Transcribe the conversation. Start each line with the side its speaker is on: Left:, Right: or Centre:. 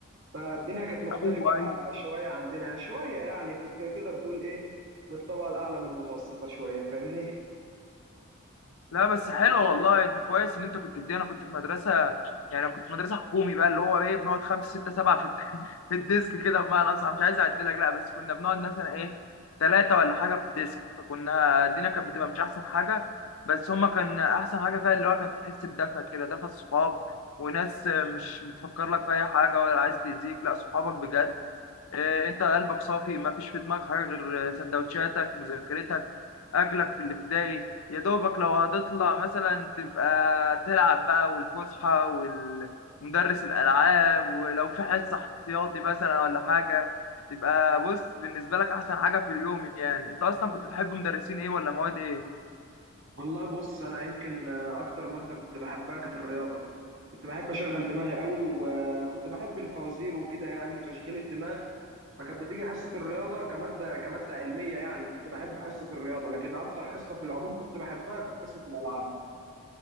Right: فالدنيا كانت مختلفه
Left: ايوه ايوه
Right: شويه عندنا شويه يعني كنت تقدر تقول ايه من الطبقه الاعلى من المتوسطه شويه فاهمني
Left: لا بس حلو والله انت كويس ان انت كنت في دي انا كنت في مدرسه يعني انا كنت في مدرسه حكومي بقى اللي هو ايه بنقعد خمسه سته سبعه في الد- <laughs> في الديسك كده بمعنى اصح مش عايز اعدلك لا بس كنا بنقعد مثلا ايه ثلاثه ولا حاجه في الديسك فكنا الدنيا كانت بتبقى مش احسن حاجه بس هما كان احسن حاجه فيها اللي هو كانت تحس بدفى كده دفى الصحاب وناس مش بتفكر لك في اي حاجه ولا عايز تاذيك لا صحابك بجد آه، انت قلبك صافي ما فيش في دماغك حاجه غير آه، سندوتشاتك مذاكرتك اكلك في الابتدائي يا دوبك لو هتطلع مثلا تبقى تلعب بقى والفسحه والمدرس الالعاب ولو في حصه احتياطي مثلا ولا حاجه تبقى بص بالنسبه لك احسن حاجه في اليوم يعني انت اصلا كنت بتحب مدرسين ايه ولا مواد ايه
Right: والله بص انا يمكن اكتر ماده كنت بحبها كانت الرياضه كنت بحب اشغل دماغي قوي وكنت بحب الفوازير وكده يعني وتشغيل الدماغ فكانت بتيجي حصة الرياضة كمادة كمادة علمية يعني كنت بحب حصة الرياضة لكن أكتر حصة في العموم كنت بحبها كانت حصة الألعاب